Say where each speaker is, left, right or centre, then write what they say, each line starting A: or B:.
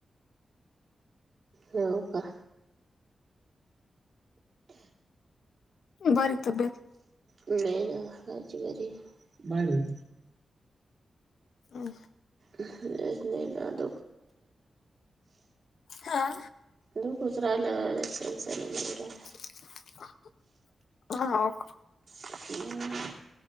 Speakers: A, on the right; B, on the left.
A: हो का.
B: बरी तब्येत.
A: नाहीन आज बरी, बाहेर हो.
B: हं.
A: नाही तर <unintelligible>
B: हा
A: दु गुजरा <unintelligible>
B: ह <unintelligible>
A: हम् <inaudible>